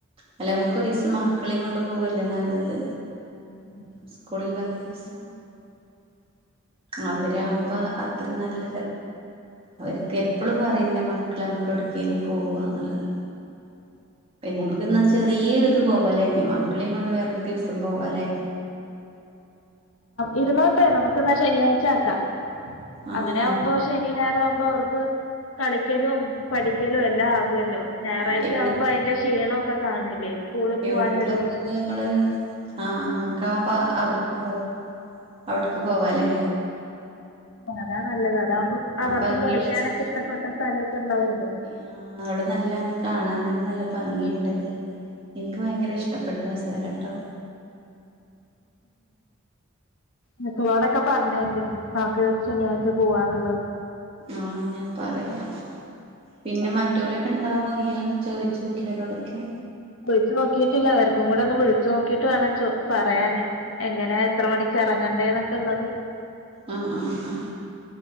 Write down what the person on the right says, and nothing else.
അല്ല അമുക്കൊരീസം മക്കളികൊണ്ട് പോവല്ലേ നല്ലത്
സ്കൂളില്ലാത്തീസം അവരാമ്പോ അത്ര നല്ല അവര്ക്ക് എപ്പളുംപറിം ന്റെമക്ക്ളെ നമുക്ക് എടക്കേലും പോവ്വാന്ള്ളത് നമുക്ക്ന്ന ചെറിയൊര്ത് പോവല്ലേ ഇനിമ ക്ക്ളീംകൊണ്ട് വേറൊരുദിവസം പോവാല്ലേ
ആഹ് ആഹ്
ആഹ് എവിടക്ക്
ഏവ്ട്ക്ക
പോവ്വാമ്മള് ആഹ് ആ മ്മക്കാആപാ അവ്ട്ക്ക് പോവ്വ ഔട്ക്ക് പോവാലേ
ആ
ഭംഗിയുള്ള
യാ ഔടെ നല്ല കാണാനൊക്കെ നല്ല ഭംഗിണ്ട് ഇൻക്ക് ഭയങ്കര ഇഷ്ടപ്പെട്ടു ആ സ്ഥലട്ടോ
ആഹ് ഞാപറയാ പിന്നെമ റ്റോലക്കണ്ടാവോ ഇയ് ചോയ്ചോക്കി ഓലോടൊക്കെ
ആഹ് ആഹ് ആഹ്